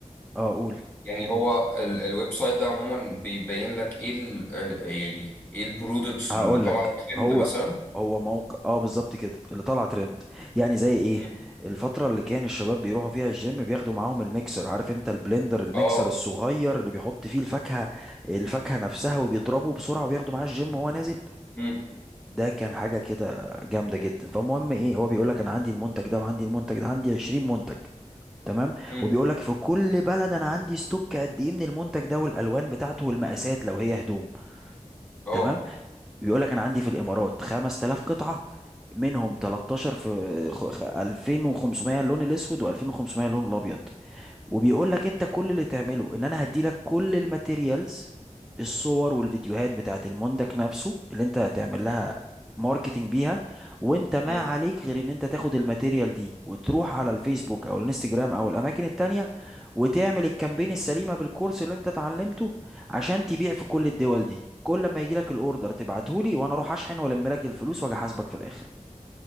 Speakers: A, in the centre; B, on the left.
A: اه اقول
B: يعني هو ال- الويب سايت ده عموما بيبين لك ايه ال ال- يعني ايه البرودكتس
A: هقول
B: اللي طالعه
A: لك
B: ترند
A: هو
B: مثلا
A: هو موقع اه بالظبط كده اللي طلع ترند يعني زي ايه
B: مم.
A: الفتره اللي كان الشباب بيروحوا فيها الجيم بياخدوا معاهم الميكسر عارف انت البلندر الميكسر
B: اه
A: الصغير اللي بيحط فيه الفاكهه الفاكهه نفسها وبيضربه بسرعه وبياخده معاه الجيم وهو نازل
B: امم
A: ده كان حاجه كده جامده جدا فالمهم ايه هو بيقول لك انا عندي المنتج ده وعندي المنتج ده عندي 20 منتج تمام
B: امم
A: وبيقول لك في كل بلد انا عندي ستوك قد ايه من المنتج ده والالوان بتاعته والمقاسات لو هي هدوم
B: اه
A: تمام بيقول لك انا عندي في الامارات 5000 قطعه منهم 13 في خ- خ- 2500 اللون الاسود و2500 اللون الابيض وبيقول لك انت كل اللي تعمله ان انا هدي لك كل الماتيريالز الصور والفيديوهات بتاعت المنتج نفسه اللي انت هتعمل لها ماركتينج بيها وانت ما
B: مم.
A: عليك غير ان انت تاخد الماتيريال دي وتروح على الفيسبوك او الانستجرام او الاماكن التانية وتعمل الكامبين السليمة بالكورس اللي انت اتعلمته عشان تبيع في كل الدول دي كل ما يجي لك الاوردر تبعته لي وانا اروح اشحن والم لك الفلوس واجي احاسبك في الاخر